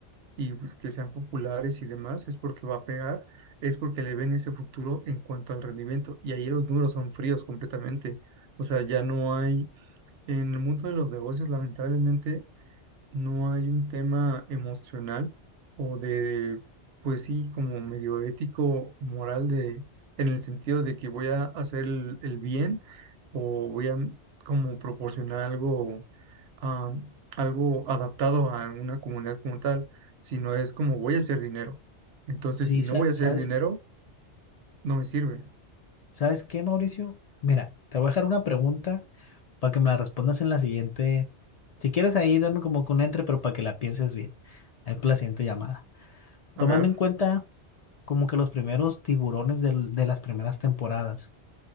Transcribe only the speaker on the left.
Sí,
sa-
¿sabes?
¿Sabes qué, Mauricio? Mira, te voy a dejar una pregunta para que me la respondas en la siguiente. Si quieres ahí, dame como que un entre, pero para que la pienses bien. Ahí con la siguiente llamada.
Tomando
en cuenta como que los primeros tiburones del- de las primeras temporadas,